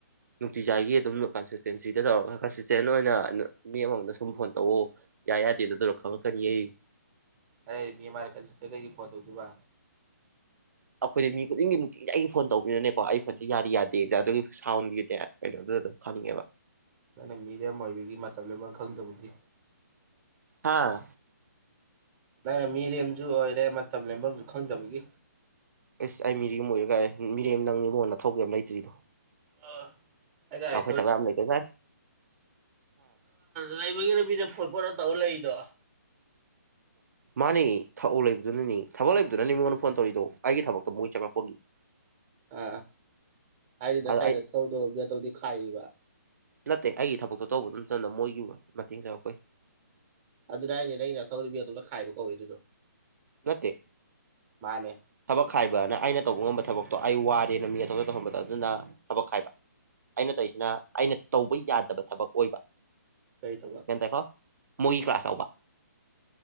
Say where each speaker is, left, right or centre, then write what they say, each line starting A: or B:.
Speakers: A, on the right; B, on the right.
A: ꯅꯨꯡꯇꯤꯖꯥꯏꯒꯤ ꯑꯗꯨꯝ ꯀꯟꯁꯤꯁꯇꯦꯟꯁꯤꯗ ꯇꯧꯔꯒ ꯀꯟꯁꯤꯁꯇꯦꯟ ꯑꯣꯏꯅ ꯃꯤ ꯑꯃꯃꯝꯗ ꯁꯨꯝ ꯐꯣꯟ ꯇꯧꯑꯣ ꯌꯥꯏ ꯌꯥꯗꯦ ꯑꯗꯨ ꯑꯗꯨꯔ ꯈꯪꯉꯛꯀꯅꯤꯌꯦ
B: ꯑꯔ ꯃꯤꯔꯀ ꯀꯩꯒꯤ ꯐꯣꯟ ꯇꯧꯗꯨꯕ
A: ꯑꯩꯈꯣꯏꯗꯤ ꯃꯤ ꯈꯨꯗꯤꯡꯒꯤ ꯅꯨꯡꯇꯤꯒꯤ ꯑꯩꯒꯤ ꯐꯣꯟ ꯇꯧꯕꯅꯤꯅꯅꯦꯀꯣ ꯑꯩ ꯐꯣꯟꯁꯦ ꯌꯥꯔꯤ ꯌꯥꯗꯦꯗ ꯑꯗꯨꯒꯤ ꯁꯥꯎꯟꯒꯤꯗꯤꯩꯅꯣ ꯑꯗꯨ ꯑꯗꯨꯝ ꯈꯪꯉꯦꯕ
B: ꯅꯪꯅ ꯃꯤꯔꯦꯝ ꯑꯣꯏꯕꯒꯤ ꯃꯇꯝꯗꯨ ꯑꯃ ꯈꯪꯗꯕꯒꯤ
A: ꯍꯥꯥ
B: ꯅꯪꯅ ꯃꯤꯔꯦꯝꯁꯨ ꯑꯣꯏꯔꯦ ꯃꯇꯝ ꯂꯦꯝꯕꯁꯨ ꯈꯪꯗꯕꯒꯤ
A: ꯑꯦꯁ ꯑꯩ ꯃꯤꯔꯤꯦꯝꯝ ꯑꯣꯏꯔ ꯀ ꯃꯤꯔꯦꯝ ꯅꯪꯅꯤꯡꯕꯣꯟꯅ ꯊꯧꯕ ꯑꯃ ꯂꯩꯇ꯭ꯔꯤꯗꯣ
B: ꯑꯥ ꯑꯩ ꯒꯥꯔꯤ
A: ꯑꯈꯣꯏ ꯊꯕꯦ ꯌꯥꯝꯝ ꯂꯩꯕ ꯆꯔ
B: ꯂꯩꯕꯒꯤ ꯂꯝꯕꯤꯗ ꯐꯣꯟ ꯄꯣꯠꯂ ꯇꯧꯔ ꯂꯩꯏꯗꯣ
A: ꯃꯥꯅꯦ ꯊꯛꯎ ꯂꯩꯕꯗꯨꯅꯅꯤ ꯊꯕꯛ ꯂꯩꯕꯗꯨꯅꯅꯤ ꯃꯉꯣꯟꯗ ꯐꯣꯟ ꯇꯧꯔꯤꯗꯣ ꯑꯩꯒꯤ ꯊꯕꯛꯇꯣ ꯃꯣꯏ ꯆꯪꯪꯂꯛꯄꯒꯤ <unintelligible>
B: ꯑ ꯍꯥꯏꯗꯤ ꯇꯁꯥꯏꯗ
A: ꯑꯩ
B: ꯊꯧꯗ ꯇꯧꯗꯤ ꯈꯥꯏꯕ
A: ꯅꯠꯇꯦ ꯑꯩꯒꯤ ꯊꯕꯛꯇꯣ ꯇꯧꯕ ꯅꯠꯇꯅ ꯃꯣꯏꯒꯤ ꯃꯇꯦꯡ ꯆꯥꯎꯔꯛꯄꯩ
B: ꯑꯗꯨꯗ ꯍꯥꯏꯅꯤꯅ ꯑꯩꯅ ꯊꯧꯔꯤꯕ ꯑ ꯑꯗꯨꯣꯝ ꯈꯥꯏꯕ ꯀꯧꯏꯤ ꯑꯗꯨꯗꯣ
A: ꯅꯠꯇꯦ
B: ꯃꯥꯅꯦ
A: ꯊꯕꯛ ꯍꯥꯏꯕꯅ ꯑꯩꯅ ꯇꯧꯕ ꯉꯝꯕ ꯊꯕꯛꯇꯣ ꯑꯩ ꯋꯥꯔꯦꯅ ꯃꯤ ꯑꯊꯧꯖ ꯇꯧꯍꯝꯕꯗ ꯑꯗꯨꯅ ꯊꯕꯛ ꯍꯥꯏꯥꯏꯕ ꯑꯩꯅ ꯇꯧꯔꯤꯁꯤꯅ ꯑꯩꯅ ꯇꯧꯕ ꯌꯥꯗꯕ ꯊꯕꯛ ꯑꯣꯏꯕ
B: ꯀꯩ ꯊꯕ
A: ꯒ꯭ꯌꯥꯟ ꯇꯥꯏꯀꯣ ꯃꯣꯏꯒꯤ ꯀ꯭ꯂꯥꯁꯎꯕ